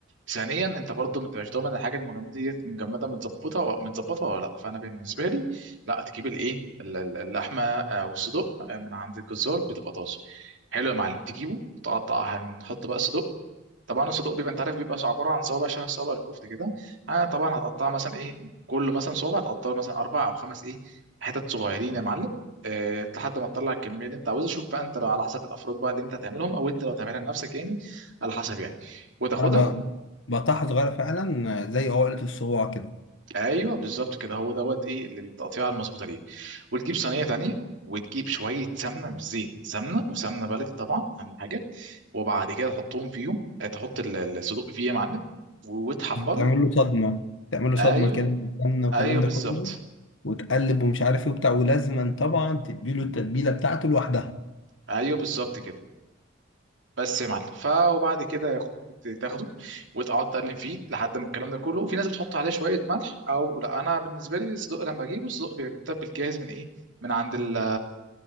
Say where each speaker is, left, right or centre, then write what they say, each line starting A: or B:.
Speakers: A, on the right; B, on the left.
A: ثانيا انت برضه ما انتش ضامن الحاجه المجمده دي مجمده متظبطه و- متظبطه ولا لا فانا بالنسبه لي لا تجيب الايه ال- ال- اللحمه آه، والصدوق آه، من عند الجزار بتبقى طازه حلو يا معلم تجيبه تقطع هنحط بقى صدق طبعا الصدوق بيبقى انت عارف بيبقى عباره عن صوابع شبه صوابع الكفت كده آه طبعا هتقطعها مثلا ايه كل مثلا صوابع هتقطعه مثلا اربع او خمس ايه حتت صغيرين يا معلم آه لحد ما تطلع الكميه اللي انت عاوزها شوف بقى انت لو على حسب الافراد بقى اللي انت هتعملهم او انت لو تعملها لنفسك يعني على حسب يعني وتاخدها
B: انا ب- بقطعها صغيره فعلا زي عقله الصباع كده
A: ايوه بالظبط كده هو دوت ايه اللي بالتقطيعه المظبوطه دي وتجيب صينيه تانيه وتجيب شويه سمنه مش زيت سمنه وسمنه بلدي طبعا اهم حاجه وبعد كده تحطهم فيهم آه، تحط ال- الصدوق فيه يا معلم وتحمره
B: تعمل له صدمه تعمل له
A: ايوه
B: صدمه كده بالسمنه والكلام
A: ايوه
B: ده
A: بالظبط
B: كله وتقلب ومش عارف ايه وبتاع ولازما طبعا تديله التتبيله بتاعته لوحدها
A: ايوه بالظبط كده بس يا معلم ف وبعد كده يا أخو- تاخده وتقعد تقلم فيه لحد ما الكلام ده كله وفي ناس بتحط عليه شويه ملح او لا انا بالنسبه لي الصدق لما اجيبه الصدق بيبقى متبل جاهز من ايه من عند ال